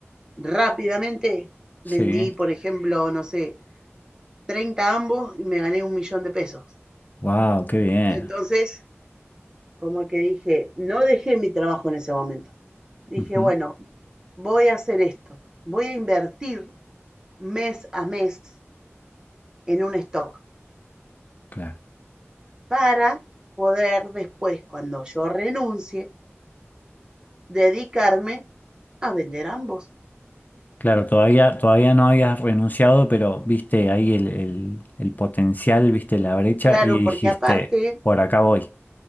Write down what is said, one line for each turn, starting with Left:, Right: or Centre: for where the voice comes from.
Right: rápidamente
Left: Sí.
Right: vendí, por ejemplo, no sé, 30 ambos y me gané un millón de pesos.
Left: Wow, qué bien.
Right: Entonces, como que dije, no dejé mi trabajo en ese momento. Dije,
Left: Ujú,
Right: bueno, voy a hacer esto. Voy a invertir mes a mes en un stock
Left: Claro.
Right: para poder después, cuando yo renuncie, dedicarme a vender ambos.
Left: Claro, todavía, todavía no habías renunciado, pero viste ahí el, el- el potencial, viste la brecha
Right: Claro,
Left: y dijiste,
Right: porque aparte,
Left: por acá voy.